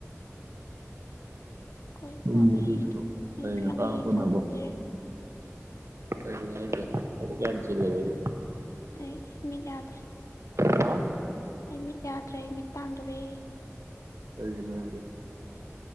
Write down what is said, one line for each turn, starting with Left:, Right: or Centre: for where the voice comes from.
Left: ꯍꯣꯏ
Right: ꯇꯨꯝꯕꯗꯨꯏ
Left: ꯐ‌ꯣꯟꯒ ꯌꯦꯡꯗ‌ꯦ
Right: ꯁꯔꯨꯛ
Left: ꯑꯩ
Right: ꯑꯌꯨꯛ
Left: ꯐꯤꯂꯝꯒ
Right: ꯉꯟꯇꯥ ꯍꯧꯒꯠꯅꯕ
Left: ꯌꯦꯡ ꯁꯪꯗ‌ꯦ ꯀꯨꯏꯔꯦ
Right: ꯀꯩꯒꯤꯅꯣ ꯍꯥꯏꯗꯦ ꯊꯕꯛꯀ ꯌꯥꯝ ꯆꯤꯜꯂꯕ‌ꯣꯕ
Left: ꯑꯩ ꯃꯤꯠ ꯌꯥꯗ꯭ꯔꯦ
Right: ꯍꯥ
Left: ꯑꯩ ꯃꯤꯠ ꯌꯥꯗ꯭ꯔꯦ ꯃꯤꯠ ꯇꯥꯡꯗꯣꯔꯦ
Right: ꯀꯩꯒꯤꯅ ꯍꯥꯏꯦ